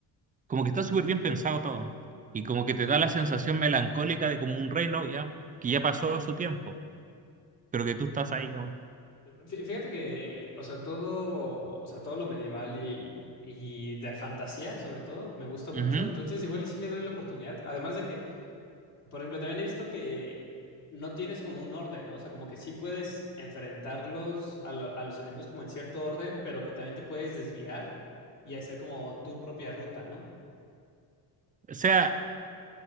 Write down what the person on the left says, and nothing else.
Fí- Fíjate que, o sea, todo, o sea, todo lo medieval y, y de fantasía, sobre todo, me gusta mucho.
Entonces, igual y sí le doy la oportunidad. Además de que Por ejemplo, también he visto que no tienes como un orden, ¿no? O sea, como que sí puedes enfrentarlos a, lo- a los enemigos como en cierto orden, pero que también te puedes desviar y hacer como tu propia ruta, ¿no?